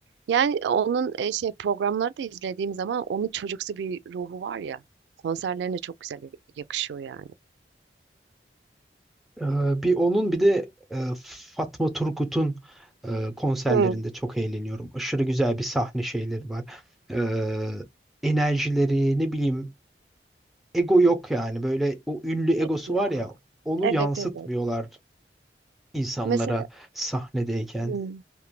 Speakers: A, on the right (about 80°); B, in the centre.
A: Yani onun e, şey programları da izlediğim zaman onun çocuksu bir ruhu var ya konserlerine çok güzel yakışıyor yani.
B: Ee, bir onun bir de e, Fatma Turgut'un e, konserlerinde
A: Hı.
B: çok eğleniyorum. Aşırı güzel bir sahne şeyleri var. Ee, enerjileri ne bileyim ego yok yani. Böyle o ünlü egosu
A: Evet ya.
B: var ya onu
A: Evet
B: yansıtmıyorlar
A: evet.
B: insanlara
A: Mesela
B: sahnedeyken.
A: hmm,